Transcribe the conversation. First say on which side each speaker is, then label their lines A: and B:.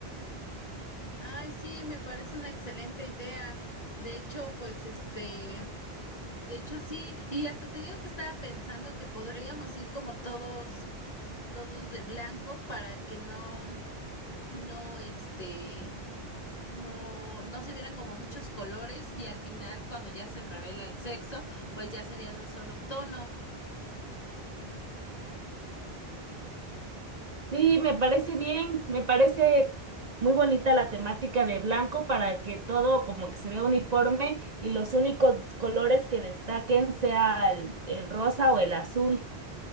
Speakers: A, on the left; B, on the right.
A: Ay, sí, me parece una excelente idea. De hecho, pues este, de hecho sí, y hasta te digo que estaba pensando que podríamos ir como todos, todos de blanco para que no, no, este, no, no se vieran como muchos colores y al final cuando ya se revela el sexo, pues ya sería de un solo tono.
B: Sí, me parece bien, me parece muy bonita la temática de blanco para que todo como que se vea uniforme y los únicos colores que destaquen sea el el rosa o el azul.